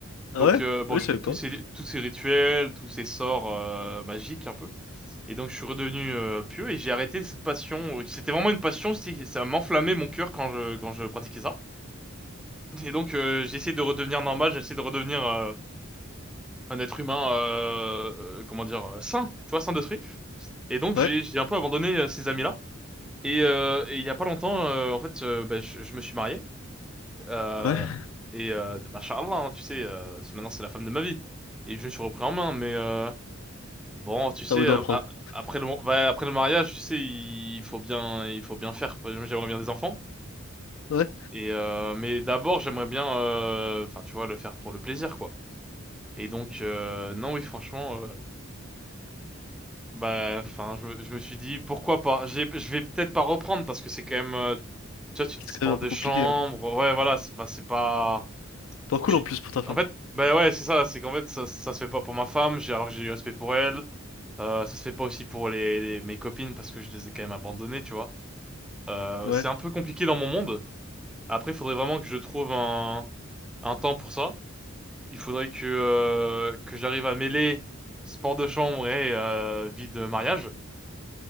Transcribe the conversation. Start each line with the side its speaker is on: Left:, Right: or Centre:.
Left: Ah
Centre: Donc
Left: ouais?
Centre: euh, bon,
Left: Ouais,
Centre: j'ai
Left: je savais
Centre: fait tous
Left: pas.
Centre: ces tous ces rituels, tous ces sorts euh, magiques un peu. Et donc je suis redevenu euh, pieux et j'ai arrêté cette passion. C'était vraiment une passion, c'était- ça m'enflammait mon cœur quand je quand je pratiquais ça. Et donc euh, j'ai essayé de redevenir normal, j'ai essayé de redevenir euh, un être humain, euh, euh, comment dire, euh, sain, tu vois, sain d'esprit. Et donc
Left: Ouais.
Centre: j'ai j'ai un peu abandonné euh, ces amis-là. Et euh, et il y a pas longtemps, euh, en fait, euh, bah, je, je me suis marié. Euh,
Left: Ouais.
Centre: et euh, machallah, hein, tu sais, euh, c'est- maintenant c'est la femme de ma vie. Et je me suis repris en main, mais euh, Bon, tu sais,
Left: T'as envie d'en
Centre: euh,
Left: prendre.
Centre: a- après le, bah, après le mariage, tu sais, il faut bien, il faut bien faire. J'aimerais bien des enfants.
Left: Ouais.
Centre: Et euh, mais d'abord, j'aimerais bien, euh, enfin, tu vois, le faire pour le plaisir, quoi. Et donc, euh, non, oui, franchement, euh, bah, enfin, je, me je me suis dit, pourquoi pas? J'ai- Je vais peut-être pas reprendre parce que c'est quand même, euh, tu vois, tu
Left: C'est
Centre: dis sport
Left: quand même un
Centre: de
Left: peu compliqué,
Centre: chambre,
Left: hein.
Centre: ouais, voilà, c'est bah, c'est pas,
Left: Pas cool,
Centre: tu,
Left: en plus, pour ta femme.
Centre: en fait, bah ouais, c'est ça, c'est qu'en fait, ça, ça se fait pas pour ma femme. J'ai alors que j'ai du respect pour elle. Euh, ça se fait pas aussi pour les, les- mes copines parce que je les ai quand même abandonnées, tu vois. Euh,
Left: Ouais.
Centre: c'est un peu compliqué dans mon monde. Après, il faudrait vraiment que je trouve un, un temps pour ça. Il faudrait que, euh, que j'arrive à mêler sport de chambre et euh, vie de mariage.